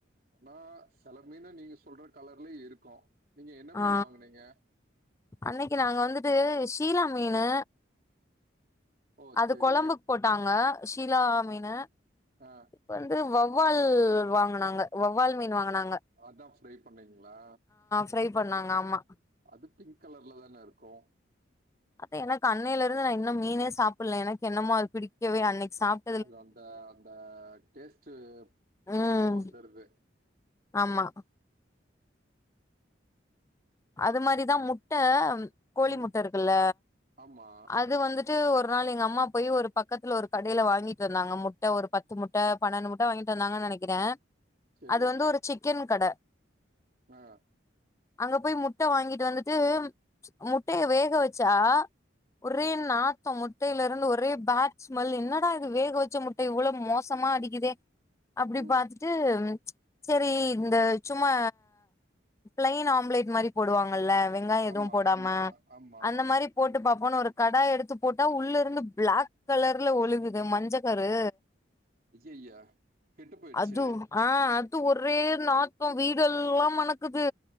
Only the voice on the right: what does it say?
ஆனா செல மீனு நீங்க சொல்ற கலர்லையு இருக்கு நீங்க என்ன
மீன் வாங்குனீங்க
ஓ
செரி
ஆ
அதா ஃப்ரை பண்ணீங்களா
அது பிங் கலர்ல தான இருக்கும்
அது அந்த அந்த டேஸ்ட்டு
ஞாபக வந்துருது
ம்
ஆமா
செரி
அ
ம்
ம்
ஆ
ஆமா
ஆமா ஆமா
ஐஐய கெட்டு போயிருச்சு